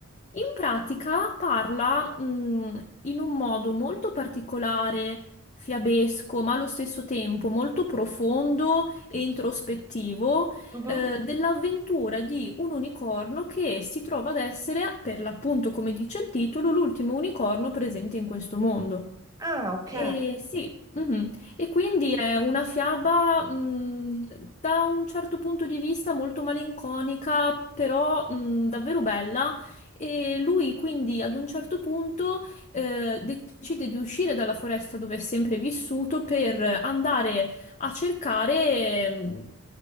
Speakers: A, on the left; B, on the right.
A: In pratica parla, mh, in un modo molto particolare, fiabesco, ma allo stesso tempo molto profondo e introspettivo,
B: Mhm.
A: eh, dell'avventura di un unicorno che si trova ad essere, per l'appunto, come dice il titolo, l'ultimo unicorno presente in questo mondo.
B: Ah, ok,
A: E sì, mhm. E quindi è una fiaba, mh, da un certo punto di vista molto malinconica, però, mh, davvero bella. E lui quindi ad un certo punto, eh, decide di uscire dalla foresta dove è sempre vissuto per andare a cercare, mh,